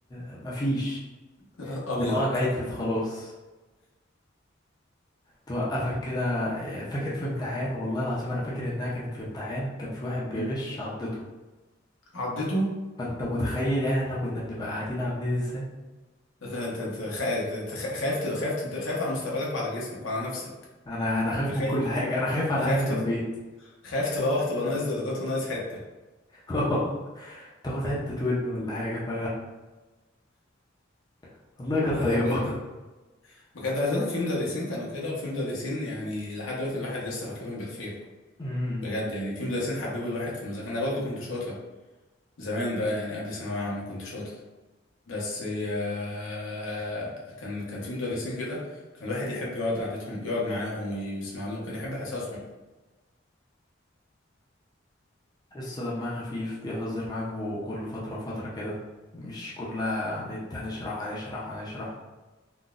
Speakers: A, on the left (about 20°); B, on the left (about 85°).
A: آه، مفيش
B: ابيض
A: دماغك عطلت خلاص توقفك كده فاكر في امتحان والله العظيم انا فاكر انها كانت في امتحان كان في واحد بيغش
B: مم.
A: عضته
B: عضته
A: فانت متخيل يعني احنا كنا بنبقى قاعدين عاملين ازاي
B: انت انت انت خ- أنت- أنت خ- خايف ت- خايف تد- خايف على مستقبلك وعلى جسمك وعلى نفسك
A: انا انا خايف
B: خايف
A: من كل حاجه انا خايف على
B: خايف
A: اهلي
B: تر-
A: في البيت
B: خايف تروح تبقى ناقص درجات وناقص حته
A: <laughs> تاخد حته ودن ولا حاجه ف <laughs> والله كانت
B: لا
A: طيبه
B: لا بجد بجد عايز اقول لك في مدرسين كانوا كده وفي مدرسين يعني لحد دلوقتي الواحد لسه فاكرهم بالخير
A: امم.
B: بجد يعني في مدرسين حببوا الواحد في المذاكره انا برضو كنت شاطر زمان بقى يعني قبل ثانويه عامه كنت شاطر بس آه، كان كان في مدرسين كده كان الواحد يحب يقعد قعدتهم يقعد معاهم ويسمع لهم كان يحب حصصهم
A: تحسه دمها خفيف بيهزر معاك كل فتره وفتره كده مش كلها هنشرح هنشرح هنشرح